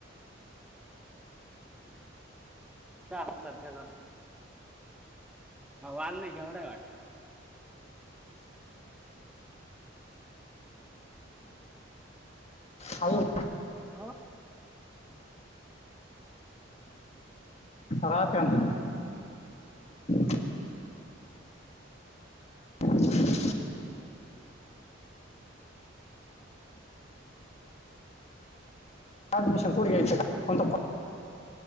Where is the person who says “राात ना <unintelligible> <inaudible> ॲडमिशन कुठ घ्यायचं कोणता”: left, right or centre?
Left